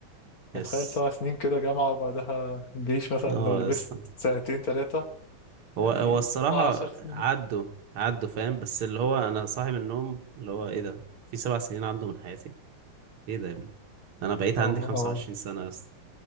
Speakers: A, on the right; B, on the left.
A: يس
B: اتخيل سبع سنين كده جامعة وبعدها جيش مثلا
A: اه
B: لو لبست
A: يا اسطى
B: سنتين تلاتة
A: هو
B: يعني
A: هو الصراحة
B: اه عشر سنين
A: عدوا عدوا فاهم بس اللي هو انا صاحي من النوم اللي هو ايه ده في سبع سنين عدوا من حياتي ايه ده يا ابني انا بقيت
B: اه
A: عندي 25
B: اه
A: سنة يا اسطى